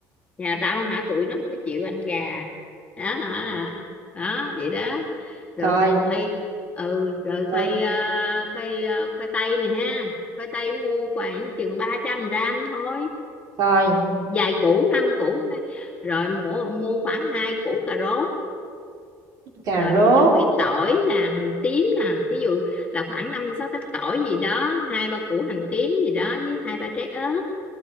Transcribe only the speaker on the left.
nhà tao hả tụi nó không có chịu ăn gà đó hả đó vậy đó rồi
khoai ừ rồi
khoai ờ, khoai ờ, khoai tây này ha khoai tây mua khoảng chừng 300 gram thôi
vài củ năm củ thôi. rồi mua mua khoảng hai củ cà rốt
rồi
mình chuẩn bị tỏi nè hành tím nè ví dụ là khoảng năm sáu tép tỏi gì đó hai ba củ hành tím gì đó với hai ba trái ớt